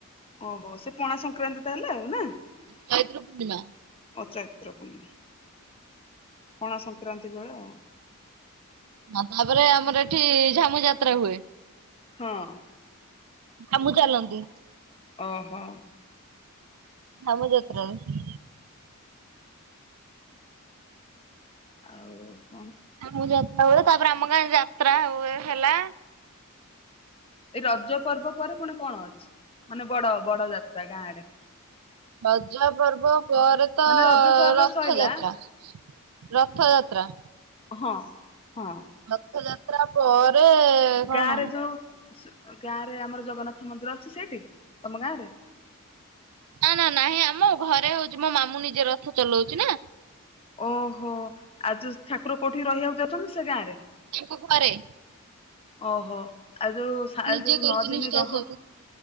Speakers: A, on the left; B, on the right.
A: ଓହୋ ସେ ପଣା ସଂକ୍ରାନ୍ତି ତା ହେଲେ ଆଉ ନା ଅ
B: ଚୈତ୍ର ପୂର୍ଣ୍ଣିମା
A: ଚୈତ୍ର ପୂଣ ପଣା ସଂକ୍ରାନ୍ତି ବେଳେ ଆଉ।
B: ଅଭାବ ରେ ଆମର ଏଠି ଝାମୁ ଯାତ୍ରା ହୁଏ।
A: ହଁ।
B: ଆମୁ ଚାଲନ୍ତି।
A: ଓହୋ।
B: ହାମୁ ଯାତ୍ରା ରେ।
A: ଆଉ କଣ?
B: ଝାମୁ ଯାତ୍ରା ହୁଏ ତାପରେ ଆମ ଗାଁ ଯାତ୍ରା ହୁଏ ହେଲା।
A: ଏଇ ରଜ ପର୍ବ ପରେ ପୁଣି କଣ ଅଛି ମାନେ ବଡ ବଡ ଯାତ୍ରା ଗାଁ ଆଡେ?
B: ଗଜ ପର୍ବ ପରେ ତ-
A: ମାନେ ରଜ ତ ଏବେ
B: ରଥଯାତ୍ରା।
A: ସଇଲା
B: ରଥଯାତ୍ରା।
A: ହଁ ହଁ।
B: ରଥଯାତ୍ରା ପରେ କଣ?
A: ଗାଁ ରେ ଯୋଉ ଗାଁ ରେ ଆମର ଜଗନ୍ନାଥ ମନ୍ଦିର ଅଛି ସେଇଠି ତମ ଗାଁ ରେ?
B: ନା ନା ନାହିଁ ଆମ ଘରେ ହଉଛି ମୋ ମାମୁଁ ନିଜେ ରଥ ଚଲଉଛି ନା।
A: ଓହୋ ଆଉ ଯୋଉ ଠାକୁର କୋଉଠି ରହିବାକୁ ଯାଉଛନ୍ତି ସେ ଗାଁ ରେ?
B: ତାଙ୍କ ଘରେ।
A: ଓହୋ। ଆଉ ଯୋଉ ଥା
B: ନିଜେ
A: ଯୋଉ
B: କରୁଛି
A: ନଅ ଦିନେ
B: ନିଷ୍ଠା
A: ରହନ୍ତ,
B: ସବୁ